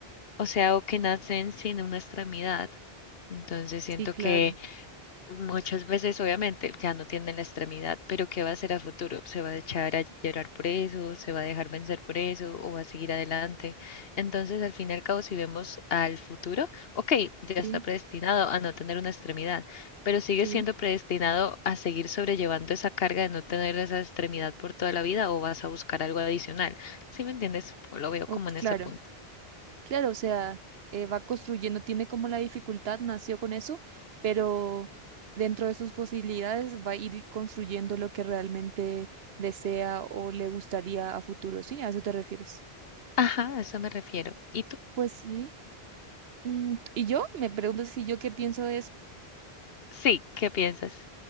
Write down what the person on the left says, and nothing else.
o sea, o que nacen sin una extremidad. Entonces siento
que Muchas veces, obviamente, ya no tiene la extremidad, pero ¿qué va a hacer a futuro? ¿Se va a echar a llorar por eso? ¿Se va a dejar vencer por eso? ¿O va a seguir adelante? Entonces, al fin y al cabo, si vemos al futuro, ok, ya
está predestinado a no tener una extremidad, pero sigue
siendo predestinado a seguir sobrellevando esa carga de no tener esa extremidad por toda la vida o vas a buscar algo adicional. ¿Sí me entiendes? Lo veo
como en
ese punto.
Ajá, a eso me refiero. ¿Y tú?
Sí, ¿qué piensas?